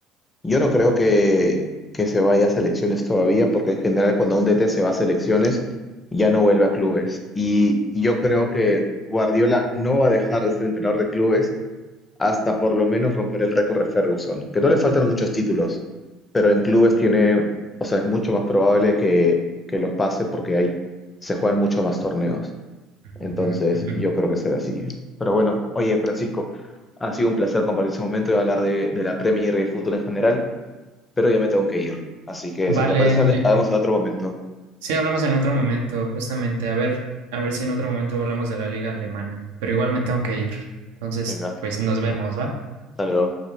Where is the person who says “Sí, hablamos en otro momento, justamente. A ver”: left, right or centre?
Right